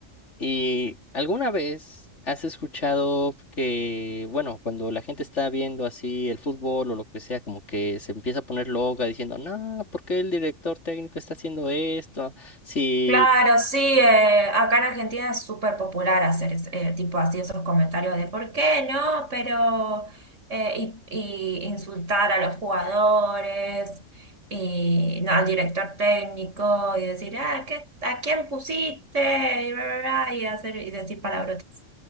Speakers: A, on the left; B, on the right.
A: ¿Y alguna vez has escuchado que, bueno, cuando la gente está viendo así el fútbol o lo que sea, como que se empieza a poner loca diciendo, no, ¿por qué el director técnico está haciendo esto? Si
B: Claro, sí, eh, acá en Argentina es súper popular hacer es- eh, tipo así esos comentarios de ¿por qué no? Pero eh, y, y insultar a los jugadores y no, al director técnico y decir ah, ¿qué, a quién pusiste? Y, bla, bla, bla, y hacer y decir palabrotas.